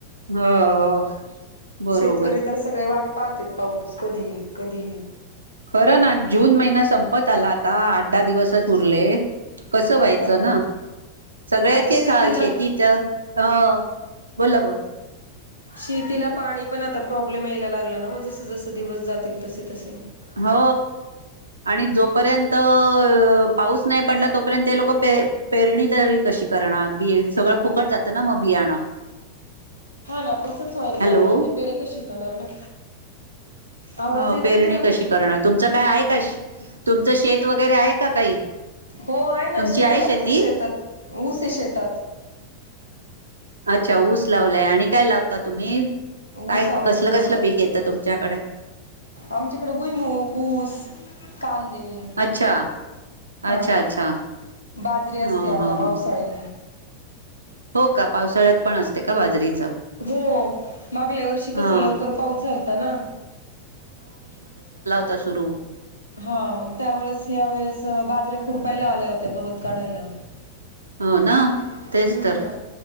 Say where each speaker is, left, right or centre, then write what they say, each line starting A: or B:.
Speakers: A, on the right (about 75°); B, on the left (about 85°).
A: हो हो! बरोबर.
B: शेतकरी तर सगळे वाट- पाऊस कधीई कधी
A: खरं ना! जून महिना संपत आला आता आठ दहा दिवसच उरले. कसं व्हायचं
B: हा
A: ना सगळ्याचेच
B: आता शेतीला
A: हाल शेतीच हा--बोला बा
B: शेतीला पाणी पण आता प्रॉब्लेम यायला लागला ना, जसं जसं दिवस जातील तसे तसे.
A: हो आणि जोपर्यंत पाऊस नाही पडला तर तोपर्यंत हे लोक पे पेरणी तरी कशी करणार, बिय सगळं फुकट जात ना मग बियाणं.
B: हा ना तसच व्हाल
A: हॅलो
B: त्यामुळे, ते पेरणी कशी करणार ना. आवाज
A: हो
B: येतोय
A: पेरणी
B: तुम्हाला?
A: कशी करणार? तुमचं काय आहे का? तुमचं शेत वगैरे आहे का काही?
B: हो आहे ना
A: तुमची
B: शेत
A: आहे शेती?
B: आमचं शेतात ऊस आहे शेतात.
A: अच्छा ऊस लावलाय आणि काय लावल? आता तुम्ही
B: ऊस
A: काय
B: आमच्याकडं
A: कसल कसल पीक येतं तुमच्याकडे?
B: आमच्याकडं बुईमगं, ऊस, कांदा ते
A: अच्छा अच्छा
B: हा
A: अच्छा
B: बाजरी असते
A: ह
B: आता
A: ह
B: पावसाळी
A: ह हो का पावसाळ्यात पण असते का बाजरी?
B: हो मागल्या वर्षी कसं
A: हा
B: लवकर पाऊस झालता ना.
A: आता सुरु
B: हा मग त्यावेळेस, ह्या वेळेस बाजऱ्या खुरपायला आल्या होत्या गवत काढायला.
A: हो ना तेच
B: हम्म
A: तर